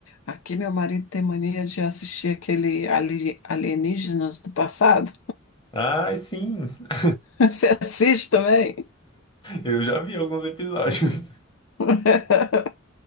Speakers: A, on the left; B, on the left.
A: aqui meu marido tem mania de assistir aquele ali- Alienígenas do Passado.
B: Ai, sim! <laughs>
A: <laughs> Você assiste também?
B: Eu já vi alguns episódios.
A: <laughs>